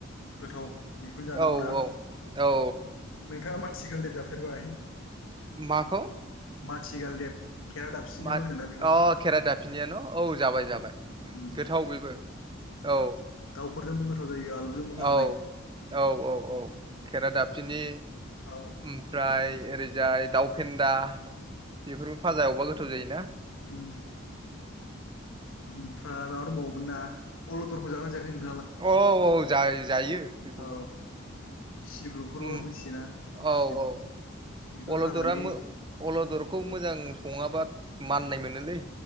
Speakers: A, on the left; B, on the right.
A: गोथाव बेखौनो जानांगौना
B: औ औ औ
A: नोंथाङा मा थिगालदेब जाफेरबाय?
B: माखौ
A: माथिगालदेब खेरादाबसिनिबो
B: मा
A: होनोना बेखौ
B: अ खेराइ दाफिनाया न औ जाबाय जाबाय
A: उम
B: गोथाव बेबो औ
A: दाव फोरजोंबो गोथाव जायो आलुजोंबो गो
B: औ औ औ औ खेरायदाफिनि
A: औ
B: ओमफ्राय ओरै जाय दाउ फेन्दा बेफोरबो फाजा एवबा गोथाव जायोना
A: ओम ओमफ्राय माबा दंबावोमोन ना अलदरखौ जाबायना जायाखै नों
B: औ औ औ जा जायो बेखौबो
A: औ सिब्रुफोरबो
B: उम
A: मिथियोना
B: औ
A: सिब्रु
B: औ
A: बेबो
B: अलदरा
A: हाग्रानि
B: मो अलदरखौ मोजां सङाबा माननाय मोनोलै